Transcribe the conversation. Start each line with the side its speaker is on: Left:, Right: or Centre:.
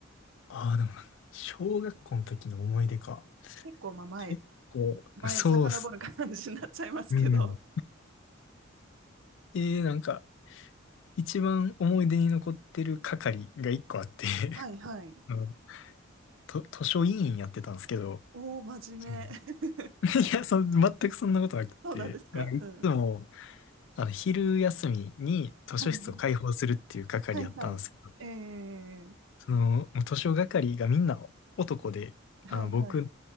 Left: ああ、でもなんか、小学校の時の思い出か。
Right: 結構、まあ、前、
Left: 結構、
Right: 前、
Left: そうっす。
Right: 遡る感じになっちゃいますけど。
Left: うん。で、なんか、一番思い出に残ってる係が一個あって <laughs>
Right: はいはい。
Left: あのと、図書委員やってたんですけど、
Right: おー、真面目。
Left: うん
Right: <laughs>
Left: <laughs> いや、そ、全くそんなことなくて、
Right: そうなんですかうん。
Left: なんかいつも、あの、昼休みに図書室を開放するっていう係やったんですけど、
Right: はいはいはい。えー、
Left: その、もう図書係がみんな男で、
Right: はいはい。
Left: あの、僕、